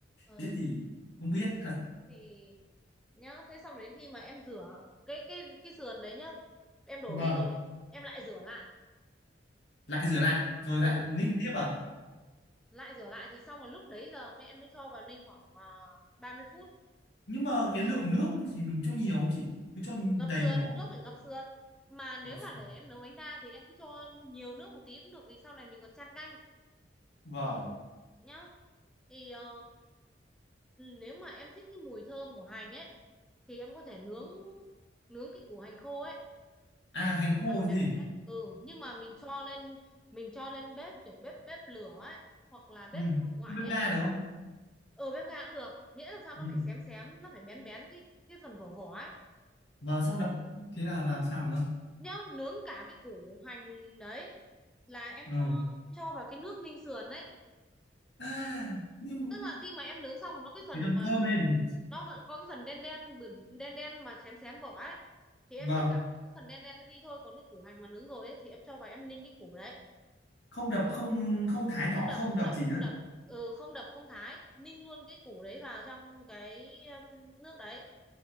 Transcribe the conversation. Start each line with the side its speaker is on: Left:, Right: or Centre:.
Centre: ờ
Left: Thế thì không biết thật.
Centre: thì nhá thế xong đến khi mà em rửa cái cái cái sườn đấy nhá em đổ
Left: Vâng.
Centre: đi rồi em lại rửa lại
Left: Lại rửa lại, rồi lại
Centre: ừ
Left: ninh tiếp à?
Centre: lại rửa lại thì xong rồi lúc đấy giờ mẹ em mới cho vào ninh khoảng uh, ba mươi phút
Left: Nhưng mà cái lượng nước thì mình cho nhiều không chị? Cứ cho
Centre: ngập
Left: đầy
Centre: sườn
Left: nổi.
Centre: nước phải ngập sườn mà nếu
Left: Ngập
Centre: mà
Left: sình.
Centre: để em nấu bánh đa thì em cứ cho nhiều nước một tí cũng được vì sau này mình còn chan canh
Left: Vâng.
Centre: nhá thì ờ, nếu mà em thích cái mùi thơm của hành ấy thì em có thể nướng nướng cái củ hành khô ấy
Left: À,
Centre: cái
Left: hành
Centre: củ
Left: khô
Centre: hành
Left: chứ
Centre: bé
Left: gì?
Centre: bé đấy ừ nhưng mà mình cho lên mình cho lên bếp kiểu bếp bếp lửa ấy hoặc là bếp
Left: Ừ.
Centre: hồng ngoại
Left: Cứ bếp
Centre: ấy
Left: ga được không?
Centre: ừ bếp ga cũng được miễn làm sao
Left: Ừ.
Centre: nó phải xém xém nó phải bén bén cái cái, cái phần vỏ vỏ ấy
Left: Vâng, xong đập thế là làm sao nữa?
Centre: nhá nướng cả cái củ hành đấy là em
Left: Ừ.
Centre: cho em cho vào cái nước ninh sườn đấy
Left: À, nhưng
Centre: tức là khi mà em nướng xong nó cái phần
Left: Thì thường
Centre: mà
Left: thơm lên
Centre: nó vẫn có cái phần đen đen bự- đen đen mà xém xém vỏ ấy thì em
Left: vâng
Centre: chỉ cạo cạo cái phần đen đen nó đi thôi còn cái củ hành mà nướng rồi ấy thì em cho vào em ninh cái củ đấy
Left: không đập không không thái nhỏ
Centre: không đập
Left: không
Centre: không
Left: đập
Centre: đập
Left: gì
Centre: không
Left: nữa
Centre: đập ừ không đập không thái ninh luôn cái củ đấy vào trong cái um, nước đấy